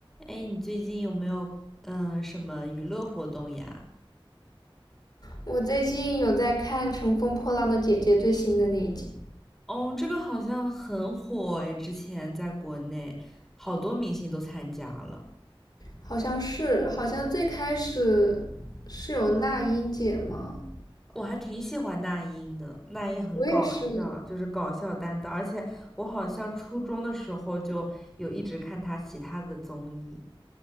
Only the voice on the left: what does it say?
我最近有在看《乘风破浪的姐姐》最新的那一集，
好像是，好像最开始是有那英姐吗？
我也是，